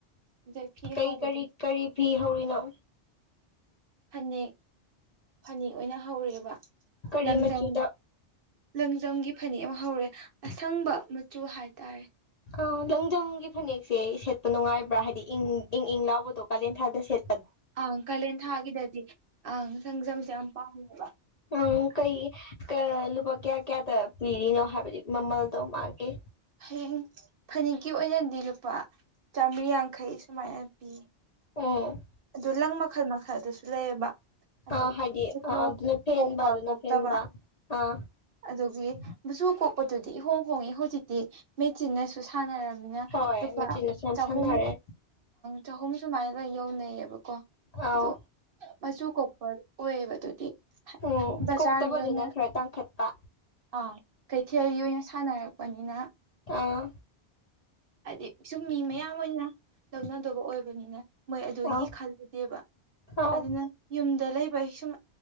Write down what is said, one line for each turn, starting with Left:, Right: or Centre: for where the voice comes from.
Right: ꯑꯗꯩ ꯐꯤ
Left: ꯀꯔꯤ
Right: ꯍꯧꯕꯗꯣ
Left: ꯀꯔꯤ ꯀꯔꯤ ꯐꯤ ꯍꯧꯧꯔꯤꯅꯣ
Right: ꯐꯅꯦꯛ ꯐꯅꯦꯛ ꯑꯣꯏꯅ ꯍꯧꯔꯦꯕ
Left: ꯀꯔꯤ
Right: ꯂꯪꯖꯝ
Left: ꯃꯆꯨꯗ
Right: ꯂꯪꯖꯝꯒꯤ ꯐꯅꯦꯛ ꯑꯃ ꯍꯧꯔꯦ ꯑꯁꯪꯕ ꯃꯆꯨ ꯍꯥꯏꯇꯥꯔꯦ
Left: ꯑ ꯂꯪꯖꯝꯒꯤ ꯐꯅꯦꯛꯁꯦ ꯁꯦꯠꯄ ꯅꯨꯡꯉꯥꯏꯕ꯭ꯔꯥ ꯍꯥꯏꯗꯤ ꯏꯪ ꯏꯪ ꯏꯪ ꯂꯥꯎꯕꯗꯣ ꯀꯥꯂꯦꯟ ꯊꯥꯗ ꯁꯦꯠ
Right: ꯑꯪ ꯀꯥꯂꯦꯟ ꯊꯥꯒꯤꯗꯗꯤ ꯑꯪ ꯁꯪꯖꯝꯁꯦ ꯌꯥꯝ ꯄꯥꯝꯃꯦꯕ
Left: ꯎꯪ
Right: ꯍꯥꯏꯗꯤ
Left: ꯀꯩ ꯂꯨꯄꯥ ꯀꯌꯥ ꯀꯌꯥꯗ ꯄꯤꯔꯤꯅꯣ ꯍꯥꯏꯕꯗꯤ ꯃꯃꯜꯗꯧ ꯃꯥꯒꯦ
Right: ꯍꯌꯦꯡ ꯐꯅꯦꯛꯀꯤ ꯑꯣꯏꯅꯗꯤ ꯂꯨꯄꯥ ꯆꯥꯃꯔꯤ ꯌꯥꯡꯈꯩ ꯁꯨꯃꯥꯏꯅ ꯄꯤ
Left: ꯑꯣ
Right: ꯑꯗꯨ ꯂꯪ ꯃꯈꯜ ꯃꯈꯜꯗꯨꯁꯨ ꯂꯩꯌꯦꯕ ꯑꯗꯗꯒꯤ
Left: ꯑꯥ ꯍꯥꯏꯗꯤ
Right: ꯃꯁꯨ
Left: ꯑꯥ ꯑꯗꯨꯅ ꯐꯦꯟꯕ
Right: ꯀꯣꯛꯄ
Left: ꯑꯗꯨꯅ
Right: ꯈꯣꯛꯇꯕ
Left: ꯐꯦꯟꯕ ꯑꯥ
Right: ꯑꯗꯨꯒꯤ ꯨꯖꯨ ꯀꯣꯛꯄꯗꯨꯗꯤ ꯏꯍꯣꯡ ꯍꯣꯡꯉꯦ ꯍꯧꯖꯤꯛꯇꯤ ꯃꯦꯆꯤꯟꯅꯁꯨ ꯁꯥꯟꯅꯔꯝꯃꯦ ꯑꯗꯨꯅ
Left: ꯍꯣꯏ
Right: ꯂꯨꯄꯥ
Left: ꯃꯆꯤꯟꯅꯁꯨ ꯌꯥꯝ
Right: ꯆꯍꯨꯝꯪ
Left: ꯁꯥꯟꯅꯔꯦ
Right: ꯆꯍꯨꯝ ꯁꯨꯃꯥꯏꯅꯒ ꯌꯧꯅꯩꯌꯦꯕꯀꯣ ꯀꯣ
Left: ꯑꯥꯎ
Right: ꯑꯗꯣ ꯃꯆꯨ ꯀꯣꯛꯄ ꯑꯣꯏꯌꯦꯕ ꯑꯗꯨꯗꯤ
Left: ꯎꯝ
Right: ꯕꯖꯥꯔꯒꯤ
Left: ꯀꯣꯛꯇꯕꯗꯨꯅ
Right: ꯑꯣꯏꯅ
Left: ꯈꯔ ꯇꯥꯡꯈꯠꯄ
Right: ꯑꯥ ꯀꯩꯊꯦꯜꯒꯤ ꯑꯣꯏꯅ ꯁꯥꯟꯅꯔꯛꯄꯅꯤꯅ
Left: ꯑꯥ
Right: ꯍꯥꯏꯗꯤ ꯁꯨꯝ ꯃꯤ ꯃꯌꯥꯝ ꯑꯣꯏꯅ ꯂꯧꯅꯗꯕ ꯑꯣꯏꯕꯅꯤꯅ ꯃꯣꯏ ꯑꯗꯨꯒꯤ
Left: ꯑꯥꯎ
Right: ꯈꯜꯂꯨꯗꯦꯕ
Left: ꯑꯥꯎ
Right: ꯑꯗꯨꯅ ꯌꯨꯝꯗ ꯂꯩꯕ ꯁꯨꯝ